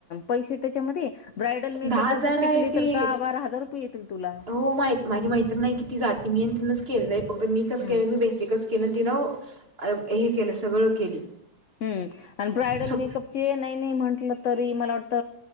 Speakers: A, on the left; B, on the right.
A: पैसे त्याच्यामध्ये ब्रायडल मेकअप
B: दहा हजार
A: जर का शिकली
B: आहे ते
A: तर दहा बारा हजार रुपये येतील तुला
B: हो माहित माझी मैत्रीण नाही की ती जाते मी आणि तिनच केलंय फक्त मी कस
A: हम्म.
B: केलं मी बेसिकच केन तिन हे केलं सगळं केली
A: हम्म आणि ब्रायडल
B: सग
A: मेकअपचे नाही नाही म्हंटलं तरी मला वाटत